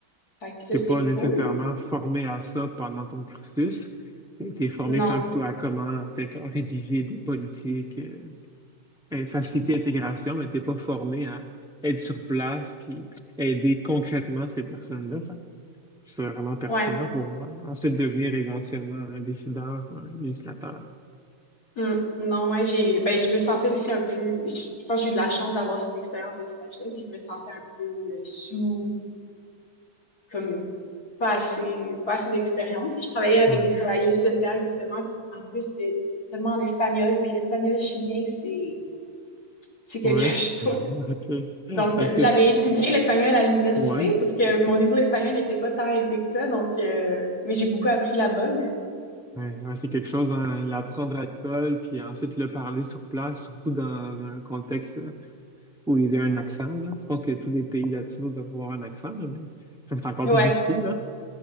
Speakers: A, on the left (about 50°); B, in the centre.
A: Fait que ça,
B: t'es
A: c'était
B: pas nécessairement
A: cool.
B: formé à ça pendant ton cursus. T'es, t'es formé
A: Non.
B: justement plutôt à comment peut-être rédiger des politiques, euh, euh, faciliter l'intégration, mais t'es pas formé à être sur place puis aider concrètement ces personnes-là. Fait que C'est vraiment pertinent
A: Ouais.
B: pour euh, ensuite devenir éventuellement un décideur ou un législateur.
A: Mm. Non, ouais, j'ai, ben, je me sentais aussi un peu, je, je pense que j'ai eu de la chance d'avoir cette expérience de stage-là, puis je me sentais un peu euh, sous, comme, pas assez, pas assez d'expérience. Je travaillais avec
B: Ouais.
A: des travailleuses sociales, justement, puis en plus, c'était seulement en espagnol, puis l'espagnol chilien, c'est, c'est quelque
B: Ouais.
A: <laughs>
B: Ah,
A: chose.
B: <laughs> OK.
A: Donc,
B: Est-ce
A: euh,
B: que
A: j'avais étudié l'espagnol à l'université,
B: ouais.
A: sauf que mon niveau d'espagnol n'était pas tant élevé que ça, donc, euh, mais j'ai beaucoup appris là-bas, mais
B: Ouais, ouais, c'est quelque chose, hein, l'apprendre à l'école, puis ensuite le parler sur place, surtout dans un contexte euh, où il y a un accent, là. Je pense que tous les pays latinos doivent avoir un accent, là, mais comme c'est encore
A: ouais.
B: plus difficile, là.